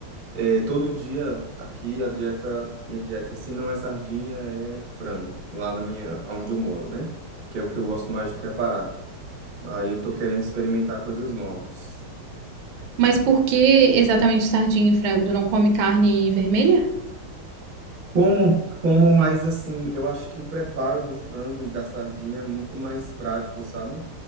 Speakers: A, on the right; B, on the right.
A: é, todo dia aqui a dieta, minha dieta, se não é sardinha, é frango, lá na minha, onde eu moro, né? Que é o que eu gosto mais de preparar. Aí eu tô querendo experimentar coisas novas.
B: Mas por que exatamente sardinha e frango? Tu não come carne vermelha?
A: Como, como mais assim, eu acho que o preparo do frango e da sardinha é muito mais prático, sabe?